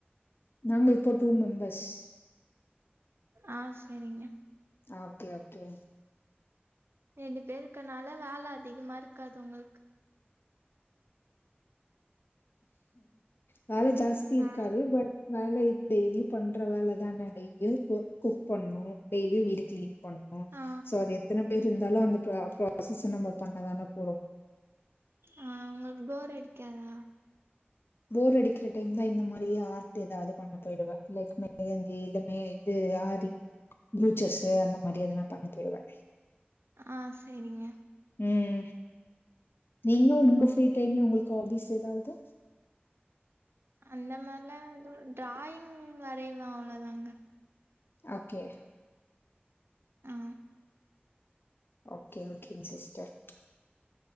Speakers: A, on the left (about 65°); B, on the right (about 75°).
A: நாங்க இப்ப டூ மெம்பர்ஸ்
B: ஆ செரிங்க
A: ஓகே ஓகே
B: ரெண்டு பேரு இருக்கனால வேல அதிகமா இருக்காது ஒங்களுக்கு
A: வேல ஜாஸ்தி இருக்காது
B: ஆ
A: பட் நாங்க இப் டெய்லியு பண்ற வேல தானா டெய்லியு குக் குக் பண்ணனு டெய்லியு வீடு க்ளீன் பண்ணனு
B: ஆ
A: சோ அது எத்தன பேர் இருந்தாலு அந்த ப்ரா ப்ராசஸ் நம்ம பண்ண தானா போறோ
B: ஆ ஒங்களுக்கு போர் அடிக்காதா
A: போர் அடிக்கிற டைம் தா இந்த மாரி ஆர்ட் ஏதாவது பண்ண போயிடுவே இல்லாட்டினா மெஹந்தி இல்ல மே இது ஆதி பூச்சஸ் அந்த மாதி எதுனா பண்ண போய்டுவே
B: ஆ சேரிங்க
A: ம் நீங்க உங்க
B: ஆ
A: ஃப்ரீ டைம்ல உங்களுக்கு ஹாபீஸ் ஏதாவது
B: அந்த மாரிலா எதுவு டிராயிங் வரைவே அவ்ளோதாங்க
A: ஓகே
B: ஆ
A: ஓகே ஓகேங்க சிஸ்டர்